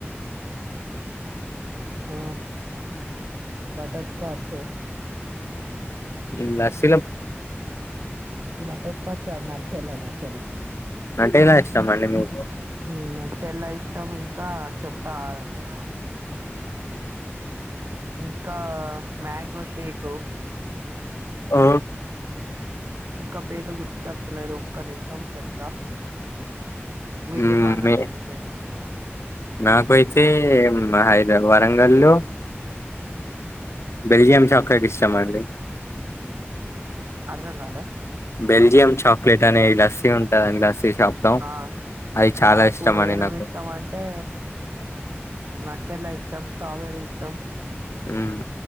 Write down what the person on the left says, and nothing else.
ఉమ్ లస్
నటేలా ఇష్టం అండి మీకు
ఆ
మ్మ్
మీ
నాకైతే మా హైదరాబాద్ వరంగల్లో బెల్జియం చాక్లెట్ ఇష్టం అండి
బెల్జియం చాక్లెట్ అనే లస్సీ ఉంటుందింని లస్సీ షాప్ లో
అది చాలా
ఇష్టం అండి
నాకు
హ్మ్